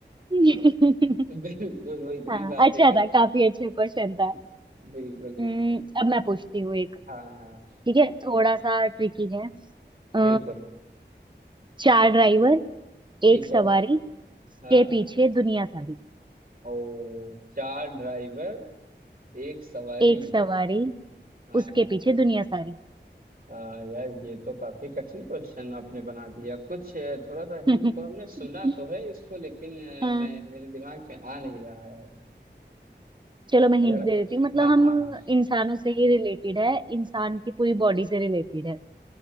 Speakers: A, on the right (about 25°); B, on the right (about 45°).
A: <laughs>
B: बिल्कुल वो इतनी
A: हाँ
B: बातें
A: अच्छा
B: करते
A: था काफी अच्छा क्वेश्चन था
B: बिल्कुल बिल्कुल
A: हम्म, अब मैं पूछती हूँ
B: हाँ हाँ
A: ठीक है थोड़ा सा ट्रिकी है अ,
B: बिल्कुल
A: चार ड्राइवर
B: ठीक
A: एक सवारी
B: है हाँ
A: के पीछे दुनिया सारी
B: ओ चार ड्राइवर एक सवारी
A: एक सवारी
B: हाँ
A: उसके पीछे दुनिया सारी
B: हाँ, यार ये तो काफी कठिन क्वेश्चन आपने बना दिया कुछ अ, थोड़ा सा
A: <laughs>
B: हिंट तो हमने सुना तो है इसको लेकिन अ,
A: अ,
B: मैं मेरे दिमाग में आ नहीं रहा है
A: चलो मैं हिंट
B: अगर
A: दे देती हूँ मतलब
B: हाँ
A: हम
B: हाँ हाँ
A: इंसानों से ही रिलेटेड है इंसान की पूरी बॉडी से रिलेटेड है